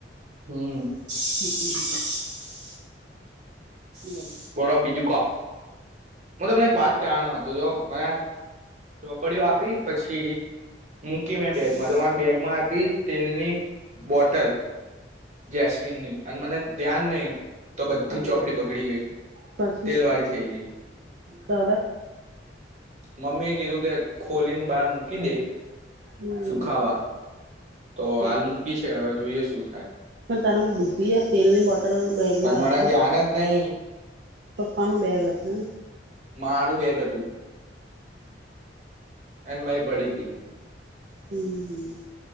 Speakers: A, on the right; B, on the right.
A: હમ
B: <inaudible> બોલ
A: બોડ બીજું ક હું તમેં એક વાત કવાનો હતો જો મને ચોપડીઓ આપી પછી મૂકી મેં બેગમાં
B: હમ
A: તમારી બેગમાં હતી તેલની બોટલ જેસમિનની અને મને ધ્યાન નહી તો બધી
B: હમ હમ
A: ચોપડી બગડી ગઈ.
B: પછી
A: તેલ વાળી થઈ ગઈ
B: હવે
A: મમ્મી એ કીધું કે ખોલીને બહાર મૂકી દે
B: હમ
A: સુખાવા તો
B: હમ
A: હાલ મૂકી છે હવે જોઈએ શું થાય?
B: પણ તારમા બુદ્ધિ તેલની બોટલ બેગમાં
A: પણ
B: રખાય
A: મને ધ્યાન જ નહી
B: પપ્પાનું બેગ હશે ને
A: મારું બેગ હતું એને મય પડી હતી
B: હમ હમ